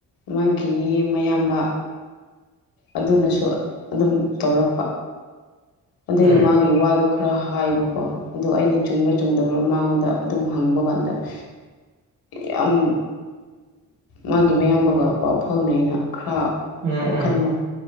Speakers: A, on the left; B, on the right.
A: ꯃꯥꯒꯤ ꯃꯌꯥꯝꯕ ꯑꯗꯨꯅꯁꯨ ꯑꯗꯨꯝ ꯇꯧꯔꯛꯄ ꯑꯗꯨꯗ
B: ꯎꯝ
A: ꯃꯥ ꯒꯤ ꯋꯥꯗꯣ ꯈꯔ ꯍꯥꯏꯕꯀꯣ ꯑꯗꯨ ꯑꯩꯅ ꯆꯨꯝꯕ꯭ꯔꯥ ꯆꯨꯝꯗꯕꯔꯥ ꯃꯉꯣꯟꯗ ꯑꯗꯨꯝ ꯍꯪꯕ ꯀꯥꯟꯗ <unintelligible> ꯌꯥꯝ ꯃꯥꯒꯤ ꯃꯌꯥꯝꯕꯒ ꯄꯥꯎ ꯐꯥꯎꯅꯩꯅ ꯈꯔ
B: ꯎꯝ ꯎꯝ
A: ꯋꯥꯈꯜꯗꯣ